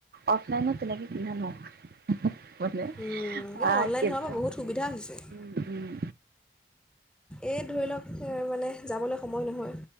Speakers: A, on the right; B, in the centre.
A: অফলাইনত তেনেকে কিনা নহয়। মানে
B: উম,
A: আহ,
B: অনলাইন
A: কিন্তু
B: হোৱাৰ পৰা বহুত সুবিধা হৈছে
A: উম - উম।
B: এই ধৰি লওক মানে। যাবলৈ সময় নহয়।